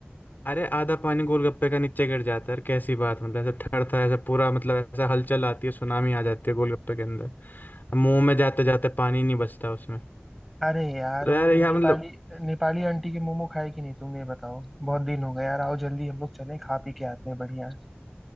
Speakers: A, on the left; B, in the centre.
A: अरे आधा पानी गोलगप्पे का नीचे गिर जाता है यार कैसी बात मतलब ऐसा थरथा ऐसा पूरा मतलब ऐसा हलचल आती है सुनामी आ जाती है गोलगप्पे के अंदर अब मुंह में जाते जाते पानी नहीं बचता उसमें
B: अरे यार
A: तो यार
B: वो
A: यार
B: नेपाली
A: मतलब
B: नेपाली आंटी के मोमो खाए कि नहीं तुम ये बताओ बहुत दिन हो गए यार आओ जल्दी हम लोग चलें खा पी के आते हैं बढ़िया